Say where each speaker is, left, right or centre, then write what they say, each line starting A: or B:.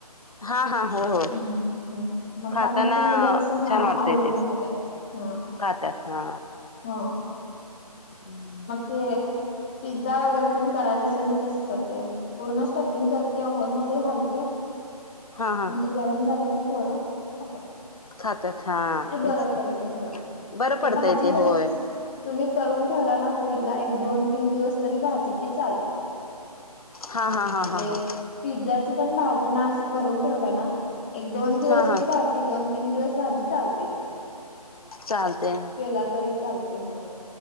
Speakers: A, on the left (about 65°); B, on the left (about 15°).
A: हा हा हो हो
B: हम्म हम्म मग
A: खाताना
B: त्यामुळे ते मुलं कसं हा
A: छान वाटतंय
B: आवडीन
A: तेच
B: खात्यात हा.
A: खातात हा.
B: हो.
A: हम्म.
B: ते पिझ्झा वगैरे त्यांनी करायचं असलं मी तसं करते. पूर्ण स्टपिंग करते ओव्हन मध्ये घालते
A: हा हा
B: मग ते गरम झाले की पोरं खातात.
A: खातात हा
B: ते
A: तेच
B: बरं
A: की
B: पडते होय आणि
A: बरं
B: ते
A: पडतंय
B: भाजी
A: होय
B: जरी तुम्ही करून ठेवला ना फ्रीजला एक दोन तीन दिवस तरी भाजी ती चालते.
A: हा हा हा
B: आपले
A: हा हा
B: पिझ्झाची पण भाजी ना असं करून ठेवलं ना एक दोन दिवस
A: हा हा
B: ती भा ती दोन तीन दिवस भाजी चालते ती.
A: चालतंय हा.
B: केला तरी चालते हो